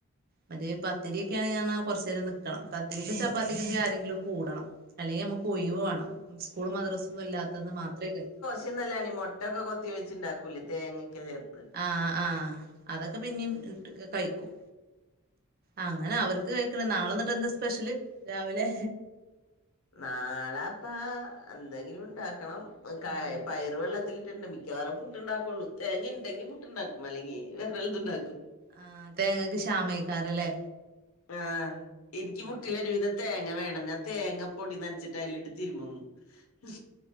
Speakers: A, on the right; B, on the left.
A: മറ്റേ പത്തരിക്കെ ആണെങ്കിൽ കുറച്ച നേരം നിൽക്കണം പത്തിരിക്കും ചപ്പാത്തിക്കൊക്കെ ആരെങ്കിലും കൂടണം അല്ലെങ്കിൽ നമുക്ക് ഒയിവ് വേണം സ്കൂളും മദ്രസ ഒന്നും ഇല്ലാത്തന്ന് മാത്രമേ കഴിയൂ
B: <unintelligible> മൊട്ട ഒക്കെ കൊത്തി ഉണ്ടാക്കൂലേ തേങ്ങൊക്കെ ചേർത്ത്
A: ആഹ് ആഹ് അതൊക്കെ പിന്നെയും കഴിക്കും അങ്ങനെ അവർക്ക് കഴിക്കണ നാളെ എന്നിട്ട് എന്താ സ്പെഷ്യല് രാവിലെ
B: നാളെ പ്പ എന്തെങ്കിലും ഉണ്ടാക്കണം കയ
A: ഉം
B: പയർ വെള്ളത് തിലിട്ടിട്ടുണ്ട് മിക്കവാറും പുട്ടുണ്ടാക്കുള്ളൂ തേങ്ങ ഉണ്ടെങ്കിൽ പുട്ട്ണ്ടാക്കും അല്ലെങ്കിൽ വേറെ വല്ലതു ഉണ്ടാക്കും
A: ആഹ് തേങ്ങക്ക് ശ്യാമായിക്കാറല്ലേ
B: ആഹ് എനിക്ക് പുട്ടിലൊരുവിതം
A: ആഹ്
B: തേങ്ങ വേണം ഞാൻ തേങ്ങ പൊടി നനച്ചിട്ട് അതിലിട്ട് തിരുമും ഉ